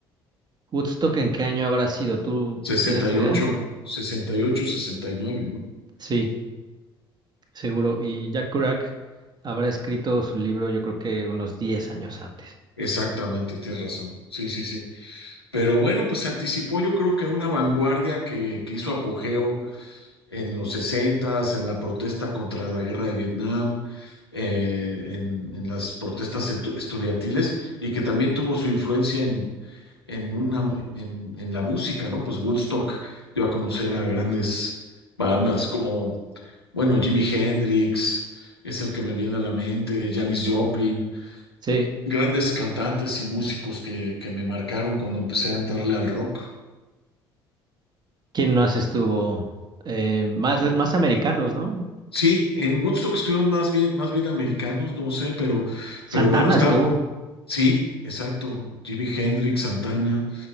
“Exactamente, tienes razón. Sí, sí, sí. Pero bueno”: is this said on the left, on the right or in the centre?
Left